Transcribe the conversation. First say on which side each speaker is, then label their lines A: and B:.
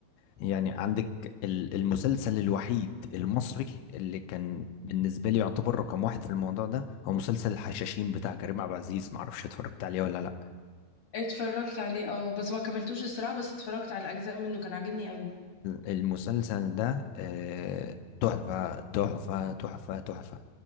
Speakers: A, on the left; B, on the left.
A: يعني عندك ال- المسلسل الوحيد المصري اللي كان بالنسبة لي يعتبر رقم واحد في الموضوع ده هو مسلسل الحشاشين بتاع كريم عبد العزيز معرفش اتفرجت عليه ولا لا
B: اتفرجت عليه اه بس ما كملتوش الصراحه بس اتفرجت على اجزاء منه كان عاجبني قوي
A: المسلسل ده آه، تحفة تحفة تحفة تحفة